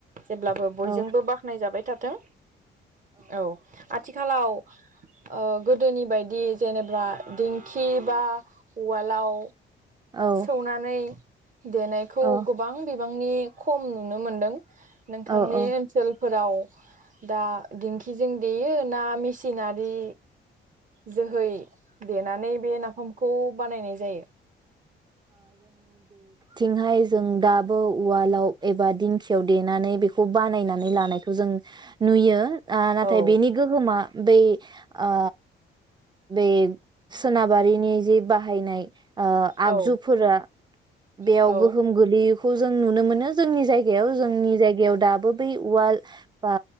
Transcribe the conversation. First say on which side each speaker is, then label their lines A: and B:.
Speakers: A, on the right; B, on the right.
A: जेब्लाबो बयजोंबो
B: औ
A: बाख्नाय जाबाय था थों। औ आथि खालाव ओ गोदोनि बायदि जेनोबा दिंखि बा उवालाव
B: औ
A: सौनानै देन खौ
B: औ
A: गोबां बिब बांनि खम नुनो मोन्दों। नोंथांनि
B: औ औ
A: ओनसोल फोराव दा दिंखिजों देयो ना मिसिनारि जोहै देनानै बे नाफामखौ बानायनाय जायो?
B: थिंहाय जों दाबो उवालाव एबा दिंखियाव देनानै बेखौ बानायनानै लानायखौ जों नुयो। ओ नाथाय
A: औ
B: बेनि गोहोमा बे ओ बे सोनाबारिनि जे बाहायनाय ओ
A: औ
B: आगजुफोरा बेयाव
A: औ
B: गोहोम गोलैयो खौ जों नुनो मोनो जोंनि जायगायाव जोंनि जायगायाव दाबो बै उवाल बा